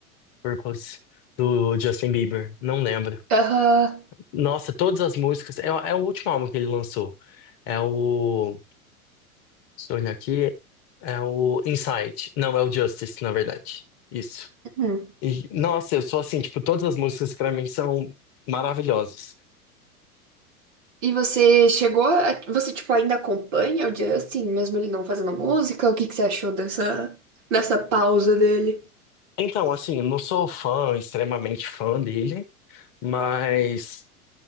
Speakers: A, on the left (about 40°); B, on the right (about 40°).
A: Purpose do Justin Bieber. Não lembro.
B: Aham.
A: Nossa, todas as músicas. É, é o último álbum que ele lançou. É o. Se eu olhar aqui, é o Inside. Não, é o Justice, na verdade. Isso.
B: Uhum.
A: E, nossa, eu sou assim, tipo, todas as músicas pra mim são maravilhosas.
B: E você chegou a, você tipo ainda acompanha o Justin, mesmo ele não fazendo música? O que que você achou dessa dessa pausa dele?
A: Então, assim, não sou fã, extremamente fã dele, mas